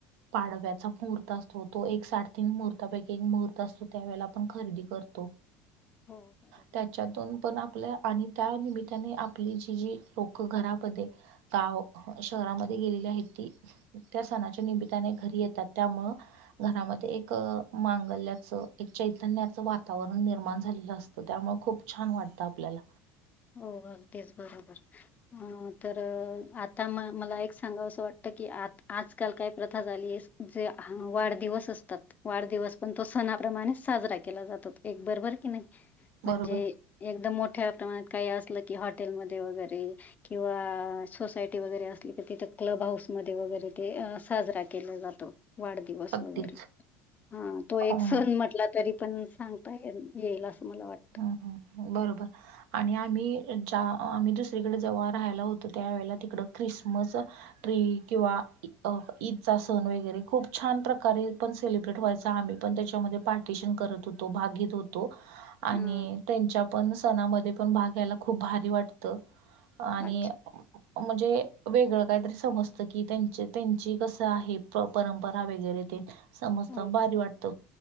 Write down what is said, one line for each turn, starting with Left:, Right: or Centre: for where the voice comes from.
Right: पाडव्याचा मुहूर्त असतो तो एक साडेतीन मुहूर्तापैकी एक मुहूर्त असतो त्यावेेळेला आपण खरेदी करतो.
Left: हो बरोबर
Right: त्याच्यातून पण आपल्या आणि त्या निमित्ताने आपली जी जी लोक घरामध्ये गाव शहरामध्ये गेलेली आहे ती त्या सणाच्या निमित्ताने घरी येतात त्यामुळ घरामध्ये एक मांगल्याच एक चैतन्याच वातावरण निर्माण झालेल असत तर त्यामुळेळ खूप छान वाटत आपल्याला
Left: हो तेच बरोबर अम् तर आता म मला एक सांगावस वाटत की आ आजकाल काय प्रथा झाली ये जे वाढदिवस असतात. वाढदिवस पण तो सणाप्रमाणे साजरा केला जातो एक बरोबर की नाही म्हणजे
Right: बरोबर
Left: एकदम मोठ्या प्रमाणात काही असल की हॉटेलमध्ये वगैरे किंवा सोसायटी वगैरे असली तर तिथ क्लब हाऊसमध्ये वगैरे ते साजरा केला जातो. वाढदिवस
Right: अगदीच
Left: वगैरे हा तो एक
Right: अ
Left: सण म्हटला तरी पण सांगतायका येईल अस मला वाटत.
Right: हम्म् हम्म् बरोबर आणि आम्ही ज्या आम्ही दुसरीकडे जेव्हा राहायला होतो त्यावेेळेला तिकड क्रिसमस ट्री किंवा अ ईदचा सण वगैरे खूप छान प्रकारे पण सेलिब्रेट व्हायचा आम्ही पण त्याच्यामध्ये पार्टिशन करत होतो भाग घेत होतो. आणि
Left: हां.
Right: त्यांच्या पण सणामध्ये पण भाग घ्यायला खूप भारी वाटत. आणि
Left: अच्छा.
Right: म्हणजे वेगळ काहीतरी समजत की त्यांचे त्यांची कस आहेत. प परंपरा वगैरे ते. समजत
Left: हो,
Right: भारी वाटत